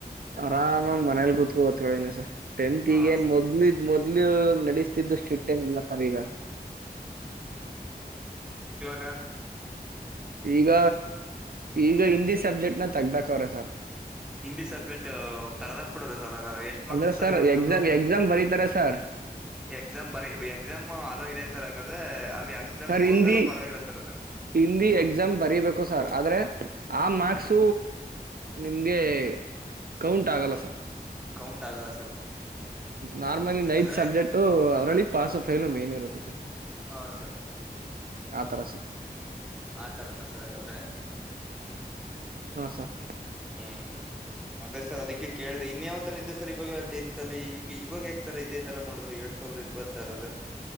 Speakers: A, on the right; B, in the centre.
A: ಆರಾಮಾಗಿ ಮನೇೆಯಲ್ಲಿ ಗೂತ್. <unintelligible> ಹವತ್ತು ಕಳನು ಸರ್... ಟೆಂತ
B: ಹಾ
A: ಈಗೇನ
B: ಸರ್
A: ಮೊದ್ಲಿದ ಮೊದ್ಲು ನಡಸ್ತಿದ್ದ ಸ್ಟ್ರಿಕ್ಟ್ಏನಿಲ್ಲ ಸರ್ ಈಗ.
B: ಕಾ.
A: ಈಗ ಈಗ ಹಿಂದಿ ಸಬ್ಜೆಕ್ಟ್. ನ ತಗದಾಕವ್ರೆ ಸರ್.
B: ಹಿಂದಿ್ ಸಬ್ಜೆಕ್ಟ್ ತೆಗದಾಕ್ ಬಿಡೊದ ಸರ್ ಹಾಗಾದ್ರೆ ಎಷ್ಟ್ ಮಾರ್ಕ್ಸ್
A: ಅಂದ್ರೆ
B: ಸರ್ ಇವಾಗ
A: ಎಕ್ಸಾಮ್
B: ಅವರು
A: ಎಕ್ಸಾಮ್ ಬರೀತಾರೆ ಸರ್
B: ಎಕ್ಸಾಮ್ ಬರಿ ಎಕ್ಸಾಮ್ ಅಲ್ಲೋ ಇದೆ ಸರ್. ಹಾಗಾದ್ರೆ ಅಲ್ಲಿ ಎಕ್ಸಾಮ್
A: ಸರ್
B: ಹೋಗ್ದರು
A: ಹಿಂದಿ
B: ಪರವಾಗಿಲ್ಲ ಸರ್ ಅದು
A: ಹಿಂದಿ ಎಕ್ಸಾಮ್ ಬರೀಬೇಕು ಸರ್ ಆದ್ರೆ ಆ ಮಾರ್ಕ್ಸ್ ನಿಮ್ಗೆ ಕೌಂಟ್ ಆಗಲ್ಲ ಸರ್
B: ಕೌಂಟ್ ಆಗಲ್ಲ ಸರ್
A: ನಾರ್ಮಲಿ ನೈತ್
B: ಅಂದರೆ
A: ಸಬ್ಜೆಕ್ಟ್ ಅದ್ರಲ್ಲಿ ಪಾಸ್ ಫೈಲು ಮನ್ ಇರುತ್ತೆ ಸ
B: ಹಾಂ ಸರ್
A: ಆತರ ಸರ್
B: ಆ ಥರನ ಸರ್ ಹಾಗಾದರೆ
A: ಹಾ ಸರ್
B: ಹ್ಮ್ ಅದೇ ಸರ್ ಅದಕ್ಕೆ ಕೇಳಿದೆ ಇನ್ ಯಾವ್ ತರ ಇದ್ದ ಸರ್ ಇವಾಗ ಟೆಂತ್ ಅಲ್ಲಿ ಇವಾಗ ಯಕ್ಸರ ಇದೆ ತರ ಮಾಡಿದ್ ಎಡ್ ಸಾವಿರದ ಇಪ್ಪತ್ತು ತರಲ್ಲ